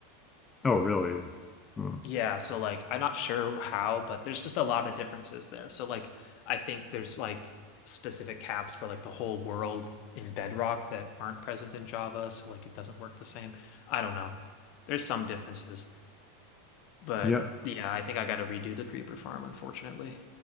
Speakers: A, on the left (about 20°); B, on the left (about 50°).
A: oh really? Huh.
B: Yeah, so like I'm not sure how, but there's just a lot of differences there. So like I think there's like specific caps for like the whole world in Bedrock that aren't present in Java, so like it doesn't work the same. I don't know. There's some differences, but
A: Yeah.
B: yeah, I think I got to redo the creeper farm, unfortunately.